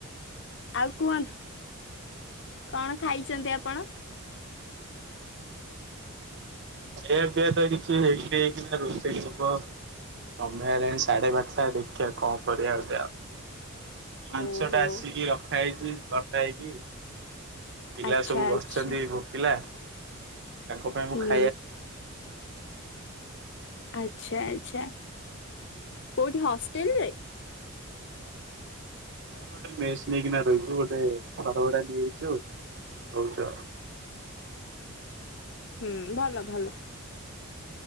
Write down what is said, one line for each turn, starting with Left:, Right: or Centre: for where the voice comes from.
Left: ଆଉ କୁହନ୍ତୁ କଣ ଖାଇଛନ୍ତି ଆପଣ?
Right: ଏବେ ତ କିଛି ହେଇି ହେଇକି ନା ରୋଷେଇ ହବ ସମୟ ହେଲାଣି ସାଢେ ପାଞ୍ଚଟା ଦେଖିବା କଣ କରିବା ଗୋଟେ ଆଉ ମାଂଛ
Left: ଓହୋ
Right: ଟା ଆସିକି ରଖା ହେଇଛି କଟା ହେଇକି ପିଲା
Left: ଆଚ୍ଛା
Right: ସବୁ ବସିଛନ୍ତି
Left: ଆଚ୍ଛା
Right: ଭୋକିଲା ତାଙ୍କ ପାଇଁ ମୁଁ ଖା
Left: ହୁ ଆଚ୍ଛା ଆଚ୍ଛା କୋଉଠି ହଷ୍ଟେଲ ରେ
Right: ଗୋଟେ ମେସ୍ ନେଇକିନା ରହିଛୁ ଗୋଟେ ଘରଭଡ଼ା ନେଇଯାଇଚୁ ହଉଚ
Left: ହୁଁ ଭଲ ଭଲ